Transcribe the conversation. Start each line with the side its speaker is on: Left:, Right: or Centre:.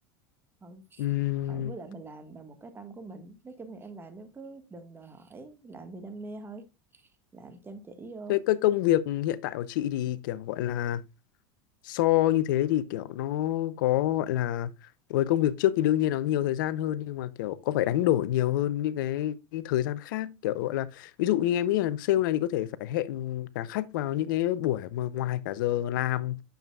Right: ừ.
Left: Ừm,
Right: ừ, với lại mình làm bằng một cái tâm của mình nói chung là em làm em cứ đừng đòi hỏi làm vì đam mê thôi làm chăm chỉ vô
Left: thế cái công việc hiện tại của chị thì kiểu gọi là so như thế thì kiểu nó có gọi là với công việc trước thì đương nhiên nó nhiều thời gian hơn nhưng mà kiểu có phải đánh đổi nhiều hơn những cái, cái thời gian khác kiểu gọi là ví dụ như em nghĩ là sale này thì có thể phải hẹn cả khách vào những cái buổi mà ngoài cả giờ làm